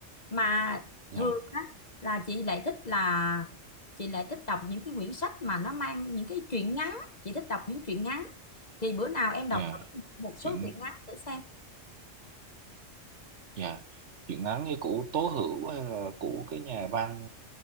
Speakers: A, on the left; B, on the right.
A: Mà
B: dạ
A: thường á là chị lại thích là chị lại thích đọc những cái quyển sách mà nó mang những cái truyện ngắn, chị thích đọc những truyện ngắn. Thì bữa nào em đọc
B: dạ
A: thử một số
B: chuyện
A: truyện ngắn thử xem.
B: dạ chuyện ngắn như của Tố Hữu hay là của cái nhà văn